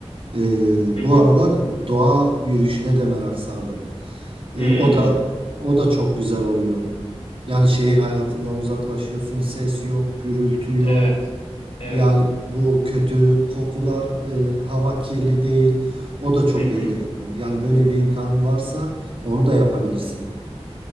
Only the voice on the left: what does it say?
Hı
hı.
Hı.
Evet. Evet.
Hı hı.